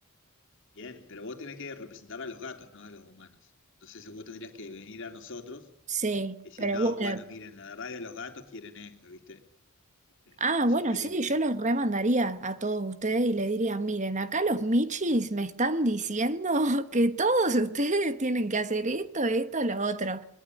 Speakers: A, on the left (about 60°); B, on the right (about 35°).
A: Bien, pero vos tenés que representar a los gatos, no a los humanos. Entonces vos tendrías que venir a nosotros
B: Sí,
A: y decir,
B: pero
A: no,
B: bueno,
A: bueno, miren, la verdad que los gatos quieren esto, ¿viste? Este,
B: Ah,
A: no
B: bueno,
A: se quieren
B: sí,
A: que
B: yo los remandaría a todos ustedes y le diría, miren, acá los michis me están diciendo <laughs> que todos ustedes tienen que hacer esto, esto, lo otro.